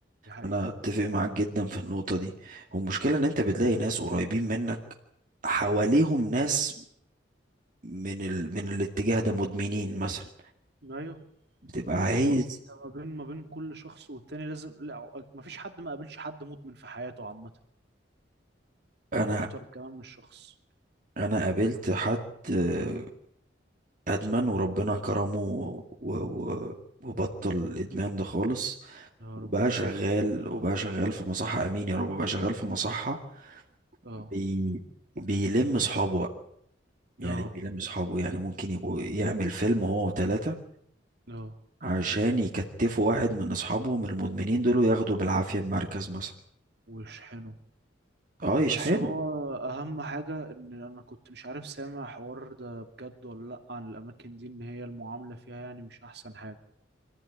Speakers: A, on the right; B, on the right.
A: دي حقيقة
B: انا اتفق معاك جدا في النقطة دي والمشكلة ان انت بتلاقي ناس قريبين منك حواليهم ناس من ال... من الاتجاه ده مدمنين مثلا
A: أيوه
B: بتبقى عايز
A: هو انت ما بين ما بين كل شخص والتاني لازم لا ما فيش حد ما قابلش حد مدمن في حياته عامة
B: انا
A: او اكتر كمان من شخص
B: انا قابلت حد آه، ادمن وربنا كرمه و... و... وبطل الادمان ده خالص
A: يا
B: وبقى
A: ربنا يثبت
B: شغال وبقى شغال في مصحة امين يا رب بقى شغال في مصحة
A: اه
B: بي... بيلم صحابه يعني
A: اه
B: بيلم صحابه يعني ممكن يبقوا يعمل فيلم هو وتلاتة
A: اه
B: عشان يكتفوا واحد من اصحابهم المدمنين دول وياخدوا بالعافية المركز مثلا
A: ويشحنه
B: اه يشحنوا
A: بس هو اهم حاجة ان انا كنت مش عارف سامع حوار ده بجد ولا لا عن الاماكن دي ان هي المعاملة فيها يعني مش احسن حاجة